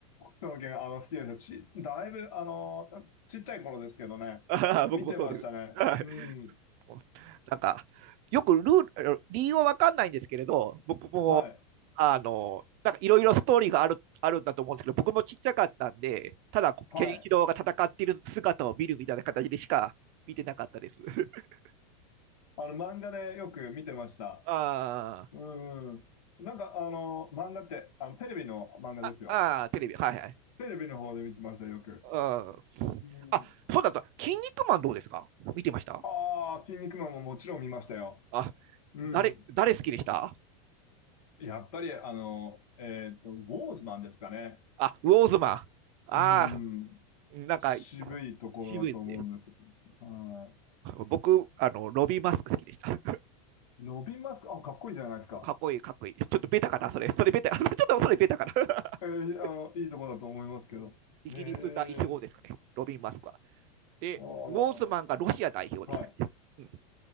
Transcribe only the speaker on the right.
ああ、僕もそうです。
はい
<laughs> なんか、よくルール、理由は分かんないんですけれど、僕も、
あの、なんかいろいろストーリーがある、あるんだと思うんですけど、僕もちっちゃかったんで、ただ、
ケンシロウが戦っている姿を見るみたいな形でしか見てなかったです。<laughs>
あ
あ、ああ、テレビ、はいはい。
うん。
あ、そうだった。筋肉マンどうですか見てました
あ、
誰、誰好きでした
あ、ウォーズマン。ああ、
なんか、
渋いですね。
僕、あの、ロビーマスク好きでした。
かっこいい、かっこいい。ちょっとベタかな、それ。それベタ。<laughs> ちょっとそれベタかな。<laughs>
うんイギリス代表ですかね、
ロビン・マスクは。で、
ウォーズマンがロシア代表でしたっけ、
うん、